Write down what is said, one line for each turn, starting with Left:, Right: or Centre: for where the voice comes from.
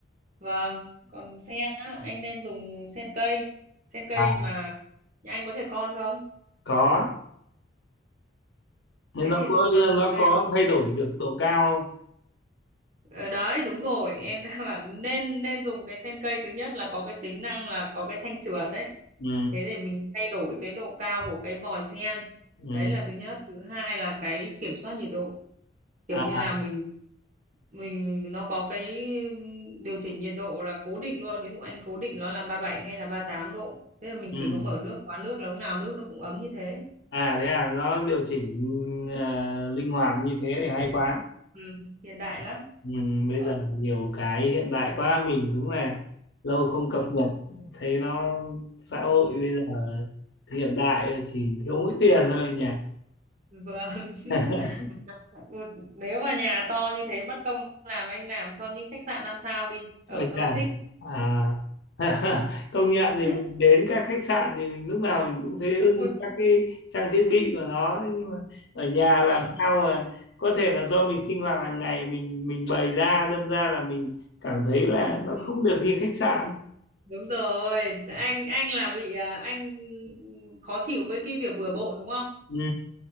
Right: vâng còn sen á anh nên dùng sen cây sen cây
Left: À,
Right: mà nhà anh có trẻ con không
Left: có, nhưng
Right: thế
Left: nó
Right: thì
Left: có
Right: dùng cái sen
Left: nó
Right: cây
Left: có thay đổi được độ cao. không?
Right: Ờ, đấy đúng rồi em <laughs> đã bảo nên nên dùng cái sen cây thứ nhất là có cái tính năng là có cái thanh trượt đấy
Left: Ừ,
Right: thế để mình thay đổi cái độ cao của cái vòi sen
Left: ừ,
Right: đấy là thứ nhất thứ hai là cái kiểm soát nhiệt độ kiểu
Left: à,
Right: như là mình mình nó có cái ừm, điều chỉnh nhiệt độ là cố định luôn ví dụ anh cố định nó là 37 hay là ba mươi tám độ thế là mình
Left: ừ.
Right: chỉ có mở nước khóa nước là lúc nào nước nó cũng ấm như thế
Left: À thế à, nó điều chỉnh à, linh hoạt như thế thì hay quá.
Right: ừ, hiện đại lắm
Left: Ừ, bây
Right: còn
Left: giờ nhiều cái hiện đại quá mình đúng là lâu không cập nhật thấy nó xã hội bây giờ hiện đại rồi chỉ thiếu mỗi tiền thôi nhỉ
Right: Vâng. <laughs>
Left: <laughs>
Right: Ui, Nếu mà nhà to như thế mất công làm anh làm cho như khách sạn 5 sao đi, ở
Left: ôi
Right: cho
Left: chà
Right: nó thích.
Left: à. <laughs> công nhận thì
Right: <laughs>
Left: mình đến các khách sạn thì mình lúc nào mình cũng thấy ưng
Right: Ui,
Left: các cái trang thiết bị của nó Thế nhưng mà ở nhà
Right: vâng.
Left: làm sao mà có thể là do mình sinh hoạt hàng ngày mình mình bày ra đâm ra là mình cảm thấy là nó
Right: Ừ,
Left: không được như khách sạn
Right: đúng rồi, anh anh là bị à, anh khó chịu với cái việc bừa bộn đúng không?
Left: ừ